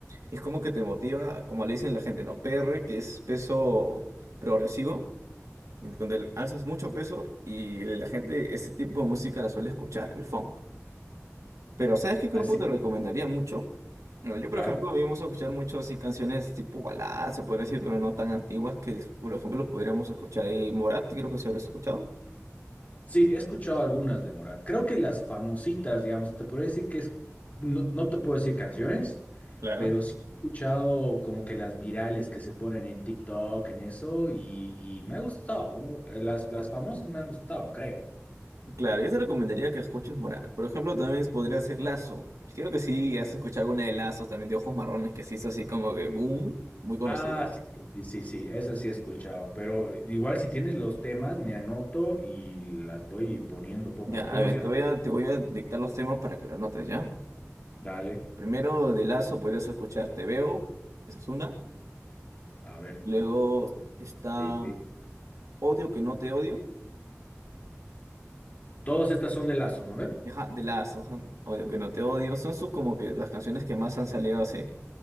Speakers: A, on the right; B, on the left.
A: y es como que te motiva, como le dicen la gente, ¿no? PR, que es peso progresivo, en donde alzas mucho peso y la gente ese tipo de música la suele escuchar, el funk. Pero ¿sabes qué grupo
B: así,
A: te recomendaría mucho? Bueno, yo, por
B: claro.
A: ejemplo, a mí me gusta escuchar mucho así canciones tipo baladas, se podría decir, pero no tan antiguas, que por ejemplo los podríamos escuchar ahí. Morat, creo que se habrás escuchado.
B: Sí, he escuchado algunas de Morat. Creo que las famositas, digamos, te puedo decir que es, no, no te puedo decir canciones,
A: Claro.
B: pero sí he escuchado como que las virales que se ponen en TikTok, en eso, y, y me ha gustado. u- Las, las famosas me han gustado, creo.
A: Claro, yo te recomendaría que escuches Morat. Por ejemplo, también podría ser Lazo. Creo que sí, has escuchado alguna de Lazos, también de Ojos Marrones, que se hizo así como que boom, muy conocido.
B: Ah, sí, sí, sí, sí, esas sí he escuchado, pero igual si tienes los temas, me anoto y las voy poniendo poco
A: Ya,
B: a poco. ¿Cómo
A: a ver,
B: se llama?
A: te voy a, te voy a dictar los temas para que lo anotes, ¿ya?
B: Dale,
A: Primero de Lazo podrías escuchar Te Veo, esa es una.
B: a ver.
A: Luego está
B: te- te-
A: Odio que no te odio,
B: Todas estas son de Lazo, ¿no ven?
A: ajá, de Lazo, ajá, Odio que no te odio, son sus como que las canciones que más han salido así.